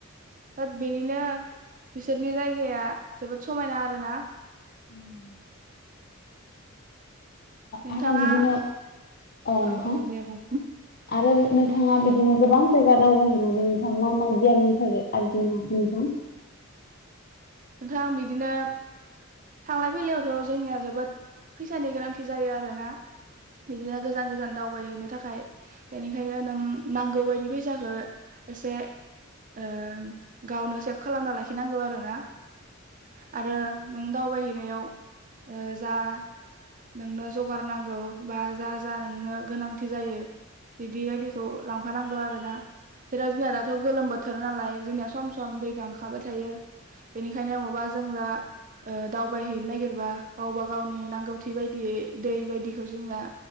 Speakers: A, on the right; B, on the left.
A: होत बेनिनो बिसोरनि जायगाया जोबोद समायना आरो ना।
B: उम
A: नोंथाङा
B: आरो बिदिनो अ
A: औ
B: नोंथां
A: औ दे बुं
B: आरो नोंथाङा बिदिनो गोबां जायगा दावबायहैनानै नोंथाङा मा मा गियाननि थाखाय आरजिनो हाखो नोंथां?
A: नोंथां बिदिनो थांलाय फैलायावथ' जोंनिया जोबोद फैसानि गोनांथि जायो आरोना बिदिनो गोजान गोजान दावबायहैनो थाखाय बेनिखायनो नों नांगौ बायदि फैसाखौ एसे ओ गावनो सेभ खालामना लाखिनांगौ आरोना आरो नों दावबायहैनायाव ओ जा नोंनो जगार नांगौ बा जा जा नोंनो गोनांथि जायो बिदि बादिखौ लांफानांगौ आरोना जेराव जोंनिया दाथ' गोलोम बोथोर नालाय जोंनिया सम सम दै गांखाबाय थायो। बेनिखायनो बबा जों दा ओ दावबायहैनो नागिरबा गावबा गावनि नांगौथि बायदि दि दै बायदिखौ जोंना